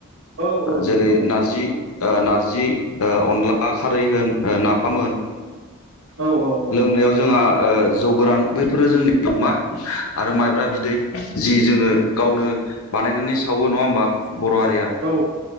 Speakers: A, on the right (about 85°); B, on the left (about 90°).
A: औ औ
B: जेरै
A: नोंथां औ
B: नारजि ओ नार्जि ओ अनला खारै होन नाफाम होन
A: औ औ
B: लोंनायाव जोंहा ओ जौ गोरान बैफोरो जोंनि अमा आरो माइब्रा बिदै जि जोङो गावनो बानायनानै सावो नङा होमबा बर' हारिया
A: औ